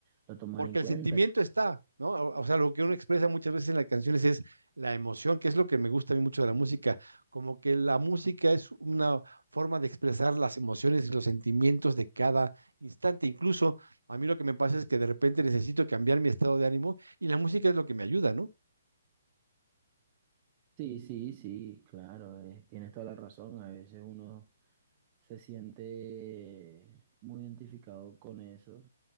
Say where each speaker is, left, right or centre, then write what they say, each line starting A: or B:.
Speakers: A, on the right; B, on the right.
A: Lo tomaré
B: porque
A: en cuenta.
B: el sentimiento está, ¿no? O, o sea, lo que uno expresa muchas veces en las canciones es la emoción, que es lo que me gusta a mí mucho de la música, como que la música es una forma de expresar las emociones y los sentimientos de cada instante. Incluso a mí lo que me pasa es que de repente necesito cambiar mi estado de ánimo y la música es lo que me ayuda, ¿no?
A: Sí, sí, sí, claro, eh, tienes toda la razón. A veces uno se siente muy identificado con eso